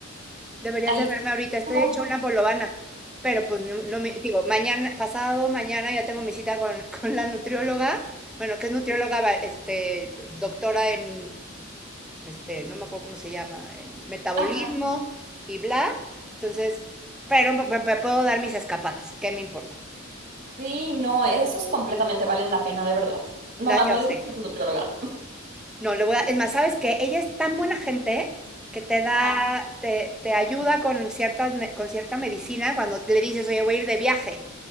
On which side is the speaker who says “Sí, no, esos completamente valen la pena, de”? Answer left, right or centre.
Right